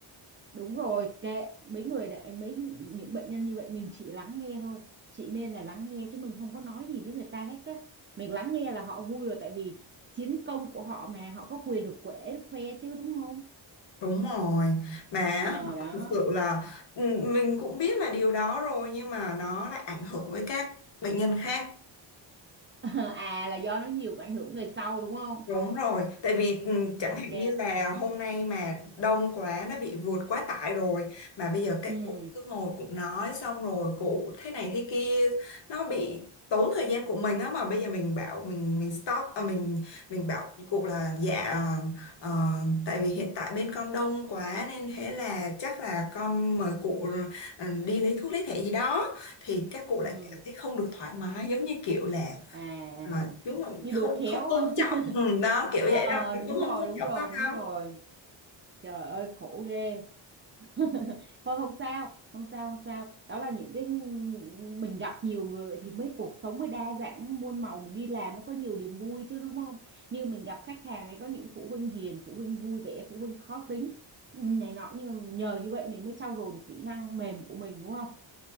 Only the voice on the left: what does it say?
Đúng rồi, mà á,
thực sự là ừ, mình cũng biết là điều đó rồi nhưng mà nó lại ảnh hưởng với các bệnh nhân khác.
Đúng rồi, tại vì ừ, chẳng
hạn như là hôm nay mà đông quá nó bị vượt quá tải rồi mà bây giờ các
cụ cứ ngồi cụ nói xong rồi cụ thế này thế kia nó bị tốn thời gian của mình á mà bây giờ mình bảo mình mình stop à, mình mình bảo với cụ là dạ ờ, tại vì hiện tại bên con đông quá nên thế là chắc là con mời cụ ừ, đi lấy thuốc lấy thẻ gì đó thì các cụ
lại cảm thấy không được thoải mái giống như kiểu là
à, đúng rồi
không
không tôn
trọng ừ, đó kiểu
vậy đó
cũng
không tôn
trọng
ta
lắm